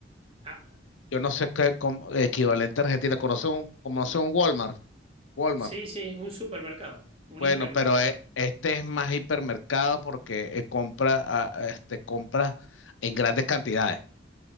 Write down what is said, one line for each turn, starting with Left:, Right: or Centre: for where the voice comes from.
Right: Ah,
Left: Yo no sé qué como, equivalente a Argentina, conoce un, conoce un Walmart, Walmart.
Right: sí, sí, un supermercado, un
Left: Bueno,
Right: hipermercado.
Left: pero eh, este es más hipermercado porque eh, compra, ah, este, compras en grandes cantidades.